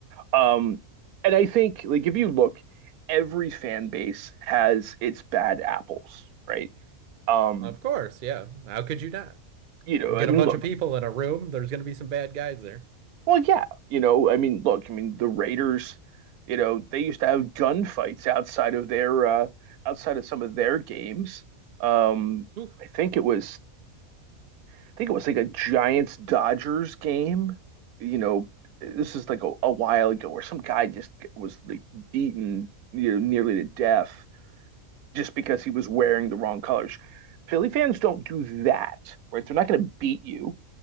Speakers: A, on the right (about 85°); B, on the right (about 55°).
A: Um, and I think like if you look, every fan base has its bad apples, right? Um,
B: Of course, yeah. How could you not?
A: you know,
B: You
A: I
B: get
A: mean,
B: a bunch
A: look,
B: of people in a room, there's going to be some bad guys there.
A: well, yeah, you know, I mean, look, I mean, the Raiders, you know, they used to have gunfights outside of their uh outside of some of their games. Um,
B: Ooh.
A: I think it was I think it was like a Giants Dodgers game. You know, this is like a, a while ago where some guy just was like beaten, you know, nearly to death just because he was wearing the wrong colors. Philly fans don't do that, right? They're not going to beat you,